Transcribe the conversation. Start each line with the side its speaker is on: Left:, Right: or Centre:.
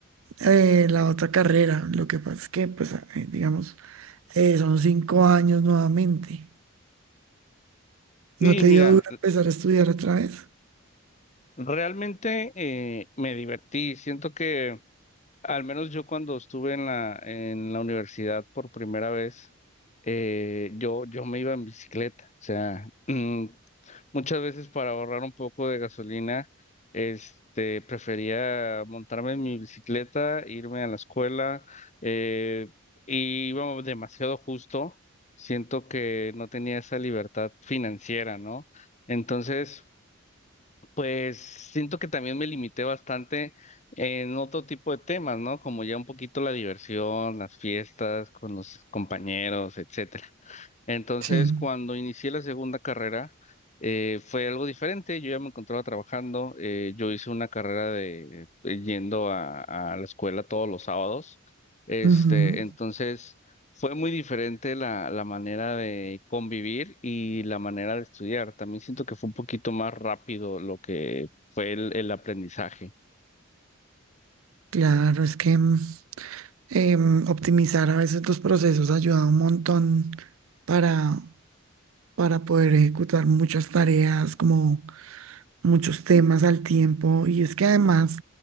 Right: eh, la otra carrera. Lo que pasa es que, pues, a- eh, digamos, eh, son cinco años nuevamente.
Left: Y
Right: ¿No te
Left: mira,
Right: dio duro empezar a estudiar otra vez?
Left: realmente eh, me divertí, siento que Al menos yo cuando estuve en la, en la universidad por primera vez, eh, yo, yo me iba en bicicleta. O sea, mm, muchas veces para ahorrar un poco de gasolina, este, prefería montarme en mi bicicleta, irme a la escuela, eh, y iba demasiado justo. Siento que no tenía esa libertad financiera, ¿no? Entonces... Pues siento que también me limité bastante en otro tipo de temas, ¿no? Como ya un poquito la diversión, las fiestas con los compañeros, etcétera. Entonces,
Right: Sí.
Left: cuando inicié la segunda carrera, eh, fue algo diferente. Yo ya me encontraba trabajando. eh, yo hice una carrera de eh, yendo a, a la escuela todos los sábados. Este,
Right: Ujú.
Left: entonces fue muy diferente la, la manera de convivir y la manera de estudiar. También siento que fue un poquito más rápido lo que fue el, el aprendizaje.
Right: Claro, es que mm, em, optimizar a veces los procesos ayuda un montón para, para poder ejecutar muchas tareas como muchos temas al tiempo y es que además